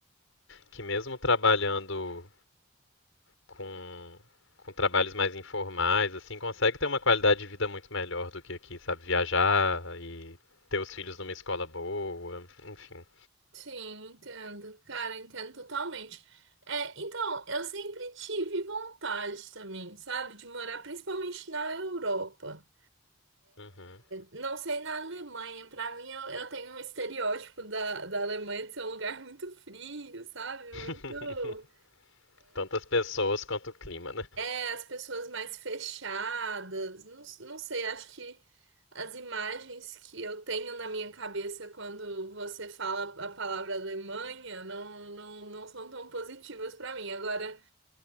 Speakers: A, on the left (about 75°); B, on the right (about 70°).
A: que mesmo trabalhando com, com trabalhos mais informais, assim, consegue ter uma qualidade de vida muito melhor do que aqui, sabe? Viajar e ter os filhos numa escola boa, enfim.
B: sim, entendo. Cara, entendo totalmente. É, então, eu sempre tive vontade também, sabe, de morar principalmente na Europa.
A: Uhum.
B: Não sei na Alemanha, pra mim eu, eu tenho um estereótipo da, da Alemanha de ser um lugar muito frio, sabe?
A: <laughs>
B: Muito.
A: Tanto as pessoas quanto o clima, né?
B: É, as pessoas mais fechadas, não, não sei, acho que as imagens que eu tenho na minha cabeça quando você fala a palavra Alemanha não, não, não são tão positivas pra mim. Agora,